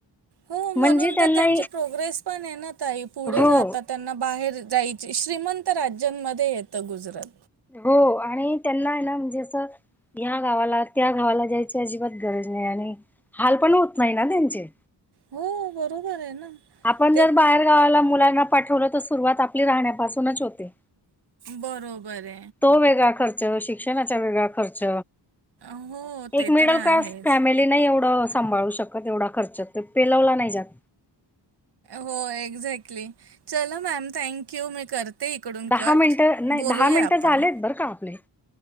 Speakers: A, on the right (about 60°); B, in the centre.
A: हो
B: म्हणजे
A: म्हणून
B: त्यांना
A: तर त्यांची प्रोग्रेस पण आहे, ना ताई. पुढे
B: हो
A: जाता त्यांना बाहेर जायची श्रीमंत राज्यांमध्ये येतं गुजरात.
B: हो आणि त्यांना आहे, ना म्हणजे असं ह्या गावाला त्या गावाला जायची अजिबात गरज नाही, आणि हाल पण होत नाही ना त्यांचे.
A: हो बरोबर आहे ना.
B: आपण
A: ते
B: जर बाहेर गावाला मुलांना पाठवलं तर सुरुवात आपली राहण्यापासूनच होते.
A: बरोबरये.
B: तो वेगळा खर्च, शिक्षणाचा वेगळा खर्च.
A: हो ते
B: एक मिडल
A: तर आहेच
B: क्लास फॅमिली नाही एवढं अस सांभाळू शकत एवढा खर्च ते पेलवला नाही जात.
A: हो एक्झॅक्टली चल मॅम थँक यू मी करते. इकडून
B: दहा
A: कट
B: मिनटं नाही
A: बोलूया
B: दहा मिनट
A: आपण
B: झालेत बरं का आपले.